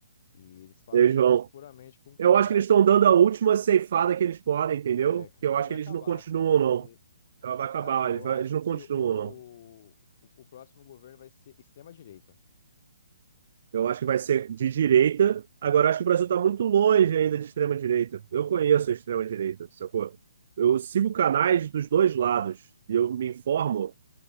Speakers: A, on the left; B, on the right.
A: E eles fazem
B: eles vão.
A: isso puramente com, com
B: Eu acho
A: marketing,
B: que eles estão dando
A: entendeu?
B: a última ceifada que eles podem, entendeu?
A: É, porque
B: que eu acho
A: vai
B: que eles
A: acabar,
B: não continuam,
A: cara. Eu acho
B: não.
A: que,
B: Ela vai acabar,
A: cara, eu
B: eles vai-
A: acho
B: eles não
A: que
B: continuam,
A: o,
B: não.
A: o, o próximo governo vai ser extrema-direita.
B: Eu acho que vai ser de direita. Agora, eu acho que o Brasil está muito longe ainda de extrema-direita. Eu conheço a extrema-direita, sacou? Eu sigo canais dos dois lados e eu me informo